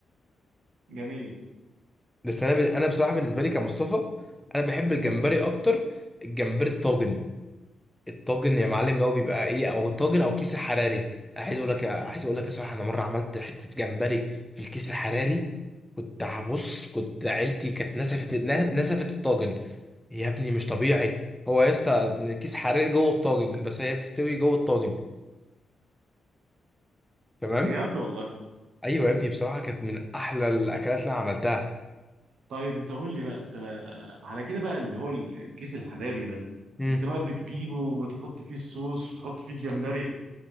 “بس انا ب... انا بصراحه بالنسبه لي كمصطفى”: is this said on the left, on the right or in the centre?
Centre